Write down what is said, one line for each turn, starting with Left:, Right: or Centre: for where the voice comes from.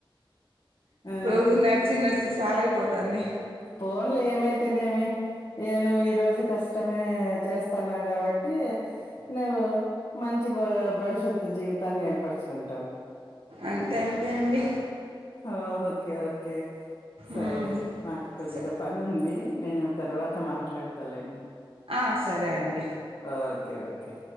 Left: ఆ
Right: రోజు నాక్ నడ్చి నడ్చి సాలైపోతా అంది
Left: పోన్లే ఏమై నేతేనే ఏమి ఇగ నువ్వు ఈ రోజు కష్టమే చేస్తాన్నావ్ కాబట్టి నువ్వు మంచి భ భవిష్యత్తు జీవితాన్నే ఎర్ పర్చుకుంటావు
Right: అంతే అంతే అండి
Left: ఓ ఓకే ఓకే సరే
Right: ఉమ్
Left: నాకు కొద్దిగా
Right: స
Left: పనుంది నేను తర్వాత మాట్లడతాలే అండి
Right: అ సరే అండి
Left: అ ఓకే ఓకే